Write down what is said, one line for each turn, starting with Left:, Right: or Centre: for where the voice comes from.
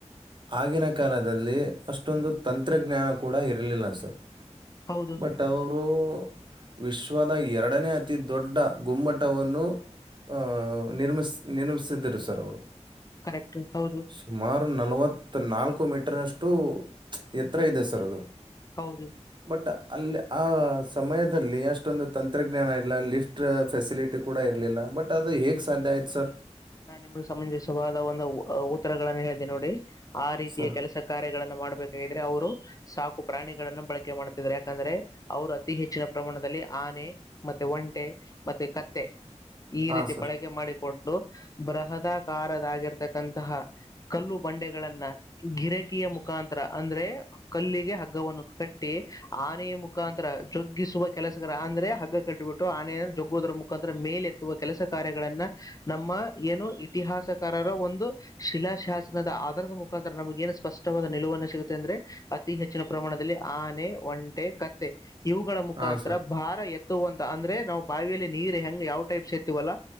Right: ಆಗಿನ ಕಾಲದಲ್ಲಿ ಅಷ್ಟೊಂದು ತಂತ್ರಜ್ಞಾನ ಕೂಡ ಇರಲಿಲ್ಲ ಸರ್
Left: ಹೌದು
Right: ಬಟ್ ಅವರು ವಿಶ್ವದ ಎರಡು ಎಡನೇ ಅತಿ ದೊಡ್ಡ ಗುಮ್ಮಟವನ್ನು ಆಹ ನಿರ್ಮಿಸ ನಿರ್ಮಿಸಿದ್ದರು ಸರ್ ಅವರು
Left: ಕರೆಕ್ಟ್ ಹೌದು
Right: ಸುಮಾರು ನಲ್ವತ್ ನಾಲ್ಕು ಮೀಟರ್ಷ್ಟು ಎತ್ತರ ಇದೆ ಸರ್ ಅದು
Left: ಹೌದು
Right: ಬಟ್ ಅಲ್ಲಿ ಆ ಸಮಯದಲ್ಲಿ ಅಷ್ಟೊಂದು ತಂತ್ರಜ್ಞಾನ ಇಲ್ಲ ಲಿಫ್ಟ್ ಫೆಸಿಲಿಟಿ ಕೂಡ ಇರಲಿಲ್ಲ ಬಟ್ ಅದು ಹೇಗ್ ಸಾಧ್ಯ ಆಯ್ತು ಸರ್
Left: ನಾನ್ ನಿಮ್ಗೆ ಸಂಬಂಧಿಸಾದ ಒಂದು ಉತ್ತರಗಳನ್ನು ಹೇಳ್ದೀನಿ ನೋಡಿ ಆ ರೀತಿಯ
Right: ಸರ್
Left: ಕೆಲಸ ಕಾರ್ಯಗಳನ್ನು ಮಾಡ್ಬೇಕಿದ್ರೆ ಅವರು ಸಾಕು ಪ್ರಾಣಿಗಳನ್ನ ಬಳಕೆ ಮಾಡ್ತಿದಿದ್ದಾರೆ ಯಾಕಂದ್ರೆ ಅವರು ಅತಿ ಹೆಚ್ಚಿನ ಪ್ರಮಾಣದಲ್ಲಿ ಆನೆ ಮತ್ತೆ ಒಂಟೆ ಮತ್ತೆ ಕತ್ತೆ ಈ
Right: ಹಾಂ
Left: ರೀತಿ
Right: ಸರ್
Left: ಬಳಕೆ ಮಾಡಿಿಕ ಕೊಟ್ಟು ಬೃಹದಾಕಾರದಾಗಿರ್ತಕ್ಕಂತಹ ಕಲ್ಲು ಬಂಡೆಗಳನ್ನ ಗಿರಕಿಯ ಮು ಮುಖಾಂತರ ಅಂದ್ರೆ ಕಲ್ಲಿಗೆ ಹಗ್ಗವನ್ನು ಕಟ್ಟಿ ಆನೆಯ ಮುಖಾಂತರ ಜೊಗ್ಗಿಸುವ ಕೆಲ ಕೆಲಸ ಅಂದ್ರೆ ಹಗ್ಗ ಕಟ್ಟಬಿಟ್ಟು ಆನ ಜೊಗ್ಗೋುದ್ರ ಮುಖಾಂತರ ಮೇಲೆತ್ತುವ ಕೆಲಸ ಕಾರ್ಯಗಳನ್ನ ನಮ್ಮ ಏನು ಇತಿಹಾಸಕಾರರ ಒಂದು ಶಿಲಾಶಾಸನದ ಆಧಾರದ ಮುಖಾಂತರ ನಮಗೆ ಏನು ಸ್ಪಷ್ಟ ನಿಲುವನ್ನುೆ ಸಿಗುತ್ತೆ ಅಂದ್ರೆ ಅತಿ ಹೆಚ್ಚಿನ ಪ್ರಮಾಣದಲ್ಲಿ ಆನೆ ಒಂಟೆ ಕತ್ತೆ ಇವುಗಳ ಮುಖಾಂತರ
Right: ಹಾಂ ಸರ್
Left: ಭಾರ ಎತ್ ಇ ಅಂತ ಅಂದ್ರೆ ನಾವು ಬಾವಿಯಲ್ಲಿ ನೀರ್ ಹೆಂಗ ಯಾವ್ ಟೈಪ್ಸ್ ಇರ್ತಿೀವಲ್ಲಾ